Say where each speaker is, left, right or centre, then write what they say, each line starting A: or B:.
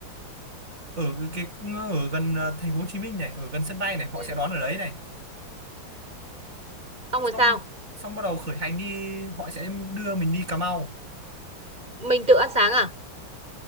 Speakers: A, on the right (about 40°); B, on the right (about 25°).
A: ở cái, cái ở gần ờ, thành phố Hồ Chí Minh này ở gần sân bay này họ
B: Ừ.
A: sẽ đón ở đấy này
B: xong rồi
A: xong
B: sao
A: xong bắt đầu khởi hành đi họ sẽ đưa mình đi Cà Mau
B: mình tự ăn sáng à